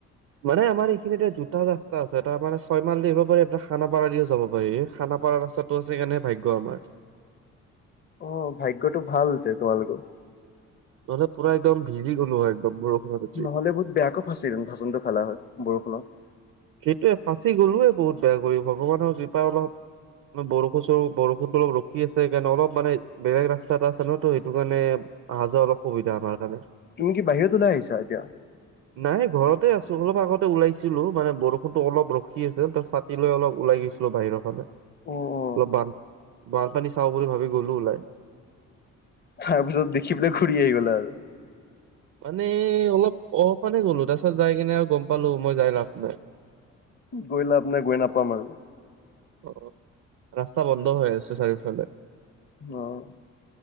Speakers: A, on the right (about 75°); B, on the left (about 35°).
A: মানে আমাৰ এইখিনি এ দুটা ৰাস্তা আছে, এটা মানে ছয় মাল দি আহিব পাৰি, এটা খানাপাৰা দিও যাব পাৰি, খানাপাৰা ৰাস্তাত টো আছে কাৰণে ভাগ্য আমাৰ।
B: অ' ভাগ্যতো ভাল তে তোমালোকৰ।
A: নহলে পুৰা একদম ভিজি গ'লো হয়। একদম বৰষুণত আজি।
B: নহ'লে বহুত বেয়াকৈ ফাচিন ভচোনটো খালা হয়, বৰষুণত।
A: সেইটোৱে ফাঁচি গলোয়ে, বহুত বেয়া কৰি ভগৱানৰ কৃপা অলপ মান বৰষুণৰ বৰষুণটো অলপ ৰখি আছে, সেইকাৰণে অলপ মানে বেলেগ ৰাস্তা এটা আছে ন তো সেইটো কাৰণে, অহা যোৱা অলপ সুবিধা আমাৰ কাৰণে।
B: তুমি কি বাহিৰত ওলাই আহিছা এতিয়া?
A: নাই ঘৰতে আছো, অলপ আগতে ওলাইছিলো। মানে বৰষুণতো অলপ ৰখি আছিল, ত ছাতি লৈ অলপ ওলাই গৈছিলো বাহিৰৰ ফালে।
B: অ অ
A: অলপ বান, বানপানী চাওঁ বুলি ভাবি গ'লো ওলাই।
B: তাৰপিছত দেখি পেলাই ঘূৰি আহি গ'লা আৰু।
A: মানে অলপ, অ 'মানে গ'লো, তাৰ পিছত যাই কিনে আৰু গম পালো মই যাই লাভ নাই।
B: গৈ লাভ নাই, গৈ নাপাম আৰু।
A: অ', ৰাস্তা বন্ধ হৈ আছে চাৰিওফালে।
B: অ'।